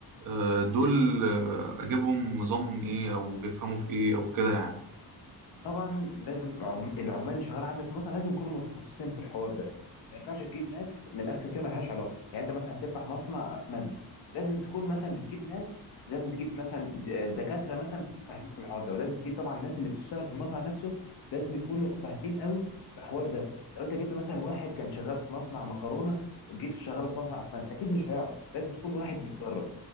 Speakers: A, on the right (about 55°); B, on the left (about 75°).
A: آه، دول
B: مم.
A: آه، اجيبهم نظامهم ايه او بيفهموا في ايه او كده يعني
B: طبعا لازم عم... العمال اللي شغال عندك مثلا لازم يكونوا متخصصين في الحوار ده ما ينفعش تجيب ناس من الاخر كده ملهاش علاقه يعني انت مثلا هتفتح مصنع اسمنت لازم تكون مثلا بتجيب ناس لازم تجيب مثلا آه، دكاتره مثلا فاهمين في الحوار ده ولازم تجيب طبعا الناس اللي بتشتغل في المصنع نفسه لازم يكونوا فاهمين قوي في الحوار ده لو انت جبت مثلا واحد كان شغال في مصنع مكرونه جيت شغاله في مصنع اسمنت اكيد مش هيعرف لازم تكون واحد متدرب